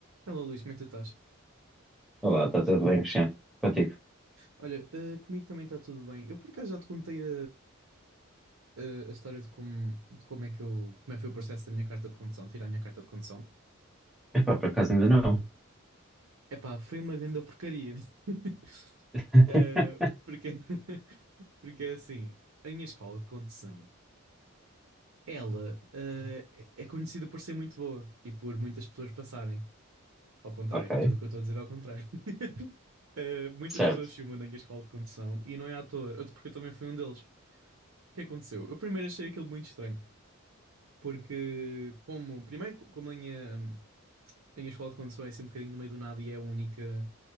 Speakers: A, on the right; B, in the centre.
A: Olá Luís, como é que tu estás?
B: Olá, está tudo bem, Cristiano? Contigo?
A: Olha, eh, comigo também está tudo bem. Eu por acaso já te contei a, a, a história de como, de como é que eu, como é que foi o processo da minha carta de condução, tirar a minha carta de condução.
B: Epá, por acaso ainda não.
A: Epá, foi uma grande porcaria. <laughs>
B: <laughs>
A: Eh, porque, <laughs> porque é assim, a minha escola de condução, ela, eh, é é conhecida por ser muito boa e por muitas pessoas passarem. Ao contrário,
B: Ok,
A: tudo o que eu estou a dizer é ao contrário. <laughs> Eh, muitas
B: certo,
A: pessoas filmam na minha escola de condução e não é à toa, eu- porque eu também fui um deles. O que aconteceu? Eu primeiro achei aquilo muito estranho, porque como, primeiro, co- como a minha, a minha escola de condução é assim um bocadinho no meio do nada e é única